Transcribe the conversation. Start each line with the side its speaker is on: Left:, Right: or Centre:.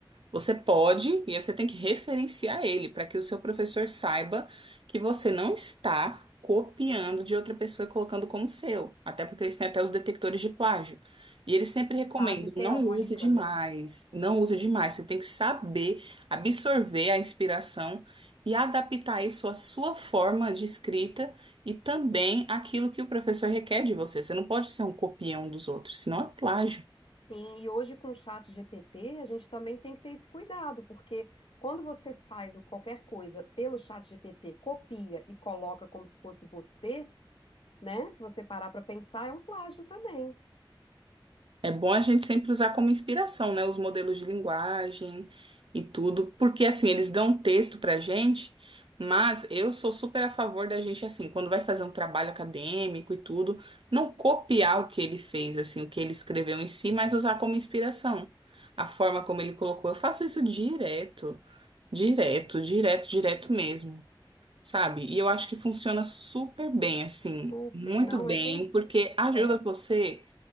Right: você pode, e aí você tem que referenciar ele para que o seu professor saiba que você não está copiando de outra pessoa e colocando como seu. Até porque eles têm até os detectores de plágio. E eles sempre recomendam,
Left: Base teórica,
Right: não use demais,
Left: né?
Right: não use demais. Você tem que saber absorver a inspiração e adaptar isso à sua forma de escrita e também àquilo que o professor requer de você. Você não pode ser um copião dos outros, senão é plágio.
Left: Sim, e hoje com o chat GPT, a gente também tem que ter esse cuidado, porque quando você faz qualquer coisa pelo chat GPT, copia e coloca como se fosse você, né? Se você parar para pensar, é um plágio também.
Right: É bom a gente sempre usar como inspiração, né, os modelos de linguagem e tudo, porque assim, eles dão um texto pra gente, mas eu sou super a favor da gente assim, quando vai fazer um trabalho acadêmico e tudo, não copiar o que ele fez, assim, o que ele escreveu em si, mas usar como inspiração. A forma como ele colocou, eu faço isso direto, direto, direto, direto mesmo. Sabe? E eu acho que funciona super bem, assim,
Left: Super,
Right: muito
Left: não,
Right: bem,
Left: é ter, esse-
Right: porque ajuda
Left: é,
Right: você